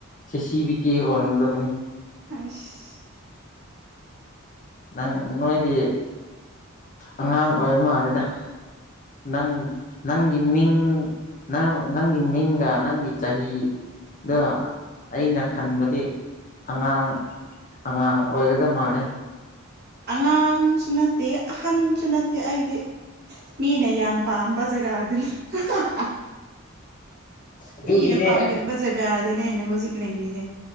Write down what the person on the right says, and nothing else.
ꯑꯩꯁ
ꯑꯉꯥꯡꯁꯨ ꯅꯠꯇꯦ ꯑꯍꯟꯁꯨ ꯅꯠꯇꯦ ꯑꯩꯗꯤ ꯃꯤꯅ ꯌꯥꯝ ꯄꯥꯝꯕ ꯖꯒꯥꯗꯨꯅꯤ ꯍꯥ ꯍꯥ
ꯃꯤꯅ ꯄꯥꯝꯒꯟꯕ
ꯖꯒꯥꯗꯤꯅꯦ ꯑꯩꯅ ꯍꯧꯖꯤꯛ ꯂꯩꯔꯤꯁꯦ